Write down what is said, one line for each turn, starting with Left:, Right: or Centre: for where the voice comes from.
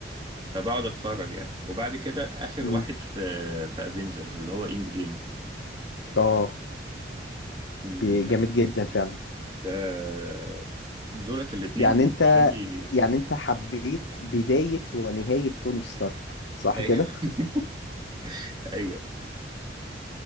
Right: فبقعد اتفرج يعني وبعد كده اخر
Left: امم
Right: واحد في في افنجرز اللي هو اند جيم
Left: اه
Right: مم.
Left: بي- جامد جدا فعلا
Right: آه، دولت الاثنين
Left: يعني
Right: بالنسبه
Left: انت
Right: لي
Left: يعني انت حبيت بداية ونهاية توني ستارك صح
Right: ايوه
Left: كده
Right: <laughs> ايوه